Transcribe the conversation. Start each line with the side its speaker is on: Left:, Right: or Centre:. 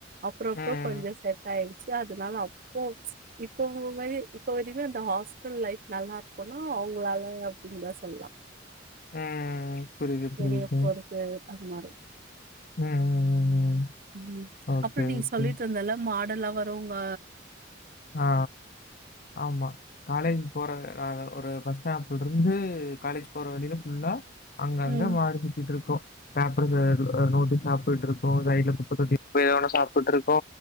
Right: அப்புறோ அப்புறோ
Left: ம்,
Right: கொஞ்ச செட் ஆயிடுச் ச்சு அதனால அப்போ இப்பவு மாரி இப்புமே வரையுமே அந்த ஹாஸ்டல் லைப் நல்லாரு இருக்குனு அவங்களால அப்டின்னுதா சொல்லலா
Left: ம் புரியுது புரியுது
Right: வெளிய போறது அது மாரி
Left: ம் ம் ம் ம்
Right: ம்
Left: ஓகே,
Right: அப்புறோ நீ
Left: ஓகே.
Right: சொல்லிட்டு இருந்தல்ல மா கடல்லாம் வருங்க
Left: ஆ ஆமா காலேஜ் போற ஒரு பஸ் ஸ்டாப் தொடர்ந்து காலேஜ் போற வழியில ஃபுல்லா அங்கங்க
Right: ம்
Left: மாடு சுத்திட்டு இருக்கு பேப்பர் நோட்டி சாப்புட்டுட்டு இருக்கு சைடுல குப்பத்தொட்டி எதனா சாப்புட்டு இருக்கு